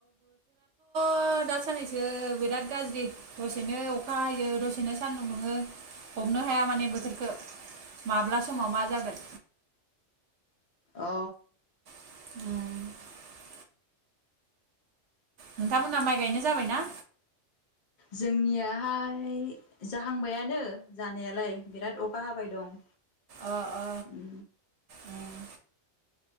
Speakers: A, on the right; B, on the left.
A: थ' दासाननैसो बिराद गाज्रि दसेनो अखा हायो दसेनो सान्दुं दुङो हमनो हाया माने बोथोरखौ माब्ला समाव मा जागोन।
B: अ
A: <inaudible> नोंथांमोनहा माइ गायनो जाबायना?
B: जोंनियाहाय जाहांबायानो जानायालाय बिराद अखा हाबाय दं।
A: अ अ
B: उम
A: उम